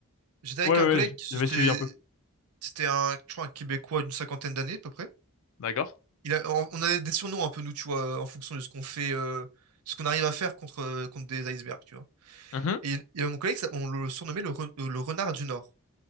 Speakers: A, on the right; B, on the left.
A: J'étais avec
B: ouais,
A: un
B: ouais,
A: collègue,
B: j-
A: qui- c'était
B: j'avais suivi un peu.
A: c'était un, je crois, un Québécois d'une cinquantaine d'années, à peu près.
B: d'accord.
A: Il a, on on avait des surnoms un peu, nous, tu vois, en fonction de ce qu'on fait, euh, ce qu'on arrive à faire contre, contre des icebergs, tu vois.
B: Mhm.
A: Et il mon collègue, ça- on le surnommait le, re- le renard du Nord.